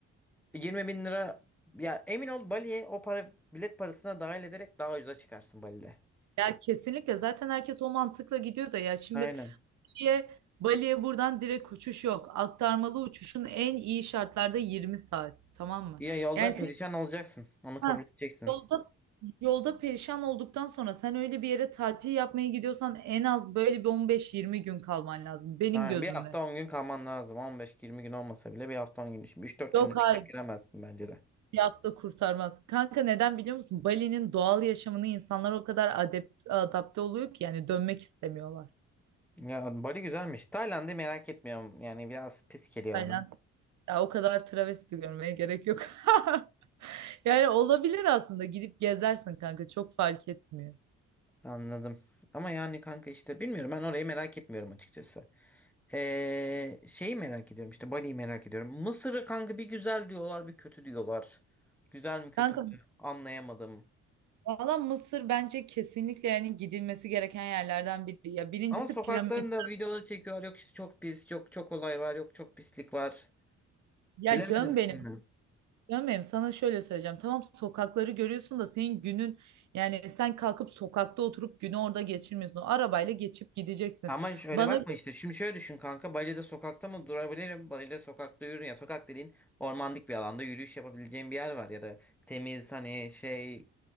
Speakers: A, in the centre; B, on the right.
A: 20 bin lira ya emin ol Bali'ye o para bilet parasına dahil ederek daha ucuza çıkarsın Bali'de.
B: ya kesinlikle zaten herkes o mantıkla gidiyor da ya şimdi
A: Aynen.
B: diye Bali'ye buradan direkt uçuş yok. Aktarmalı uçuşun en iyi şartlarda 20 saat tamam mı?
A: Ya yolda
B: Yani sen
A: perişan olacaksın. Onu kabul
B: ha,
A: edeceksin.
B: yolda Yolda perişan olduktan sonra sen öyle bir yere tatil yapmaya gidiyorsan en az böyle bir on beş yirmi gün kalman lazım benim
A: Aynen.
B: gözümde.
A: Bir hafta on gün kalman lazım. 15-20 gün olmasa bile bir hafta 10 gün. Şimdi üç dört
B: Yok
A: günde
B: hayır
A: bekleyip giremezsin bence de.
B: bir hafta kurtarmaz. Kanka neden biliyor musun? Bali'nin doğal yaşamını insanlar o kadar adept- adapte oluyor ki yani dönmek istemiyorlar.
A: Ya Bali güzelmiş. Tayland'ı merak etmiyorum. Yani biraz pis geliyor
B: Aynen.
A: bana.
B: Ya o kadar travesti görmeye gerek yok. <laughs> Yani olabilir aslında gidip gezersin kanka çok fark etmiyor.
A: Anladım. Ama yani kanka işte bilmiyorum ben orayı merak etmiyorum açıkçası. Ee, şeyi merak ediyorum işte Bali'yi merak ediyorum. Mısır'ı kanka bir güzel diyorlar bir kötü diyorlar. Güzel mi kötü
B: Kanka
A: mü anlayamadım.
B: valla Mısır bence kesinlikle yani gidilmesi gereken yerlerden biri. Ya birincisi
A: Ama sokaklarında
B: piramit.
A: videoları çekiyorlar yok işte çok pis yok çok olay var yok çok pislik var.
B: Ya
A: Bilemedim
B: canım benim
A: şimdi.
B: Canım benim sana şöyle söyleyeceğim. Tamam sokakları görüyorsun da senin günün yani sen kalkıp sokakta oturup günü orada geçirmiyorsun. Arabayla geçip gideceksin.
A: Ama şöyle
B: Bana
A: bakma işte şimdi şöyle düşün kanka Bali'de sokakta mı durabilirim? Bali'de sokakta yürü ya sokak dediğin ormanlık bir alanda yürüyüş yapabileceğin bir yer var ya da temiz hani şey